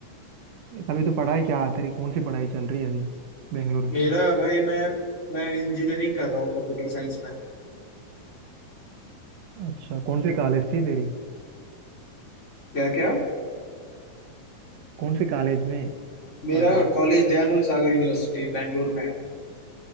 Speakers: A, on the right; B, on the left.
A: अभी तो पढ़ाई क्या है तेरी कौन सी पढ़ाई चल रही है अभी बेंगलोर
B: मेरा
A: में
B: भाई मैं मैं इंजीनियरिंग कर रहा हूँ कंप्यूटर साइंस में
A: अच्छा कौन सी कॉलेज थी तेरी
B: क्या क्या
A: कौन से कॉलेज में
B: मेरा
A: पढ़ रहा
B: कॉलेज दयानंद सागर यूनिवर्सिटी बैंगलोर में है